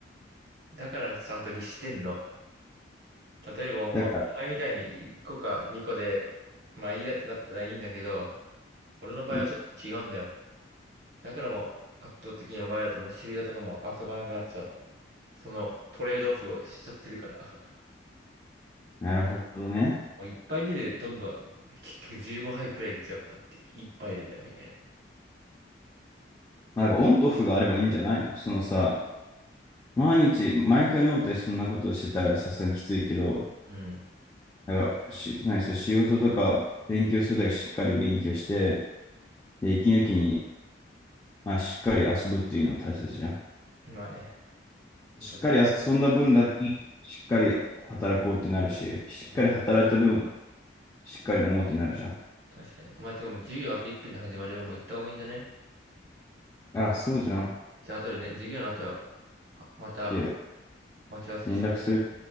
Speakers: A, on the right; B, on the left.
A: だからちゃんと律してんの。例えばお、
B: だから、
A: ま、お前みたいに1個か2個で、まあいいやってなったらいいんだけど、俺の場合はちょっと違うんだよ。
B: うん
A: だからもう圧倒的にお前らともシビラとかも遊ばなくなっちゃうの。そのトレードオフをしちゃってるから。<laughs>
B: なるほどね。
A: もう一杯目でどんどん結局15杯くらいいっちゃうからって、一杯でだよみたい
B: まあ、だからオンとオフがあればいいんじゃないのそのさ、毎日、毎回飲むとそんなことをしてたらさすがにきついけど、
A: な。う
B: なんか、し、何、そう、仕事とか勉強するだけしっかり勉強して、で、息抜きに、まあ、しっかり遊ぶっていうの大切じゃん。
A: ん。まあね、
B: しっかり遊んだ分だけ、
A: とりあえず、
B: しっかり働こうってなるし、しっかり働いた分、
A: うん、
B: しっかり飲もうってなるじゃん。
A: 確かに。お前、てかもう授業あと1分で始まるよ。もう行った方がいいんじゃね
B: あ、そうじゃん。オッ
A: じゃあ、後でね、授業の後、はまた
B: ケー
A: 待ち合わせしよう。
B: 連絡する。